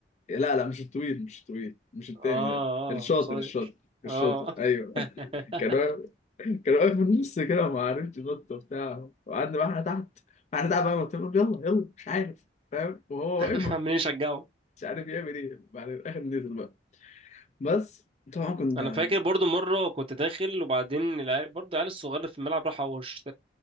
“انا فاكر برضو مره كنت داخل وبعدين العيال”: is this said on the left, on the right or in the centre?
Right